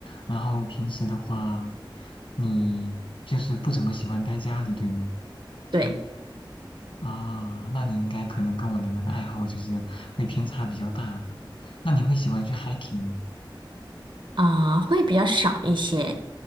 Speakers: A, on the left; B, on the right.
A: 然后平时的话，你就是不怎么喜欢待家里，对吗？
B: 对，
A: 啊，那你应该可能跟我的那个爱好就是会偏差比较大吧？那你会喜欢去 hiking？吗
B: 啊，会比较少一些。